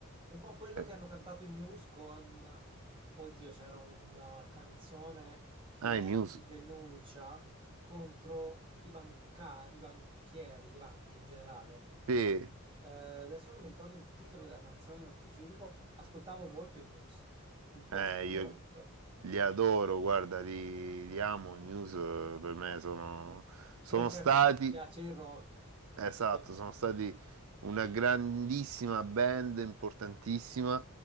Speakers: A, on the right (about 25°); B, on the right (about 75°).
A: un po' quello
B: eh,
A: che hanno cantato i Muse con, oddio, c'era una canzone che
B: ah,
A: era
B: i Muse,
A: di denuncia contro i bancari, i banchieri, le banche in generale.
B: sì,
A: Eh, adesso non mi ricordo il titolo della canzone nello specifico, ascoltavo molto i Muse, mi piacciono
B: eh,
A: molto.
B: io li adoro, guarda, li, li amo, i Muse eh, per me sono sono
A: Beh, certo,
B: stati
A: se ti piace il rock,
B: Esatto,
A: ovviamente,
B: sono stati una grandissima band, importantissima,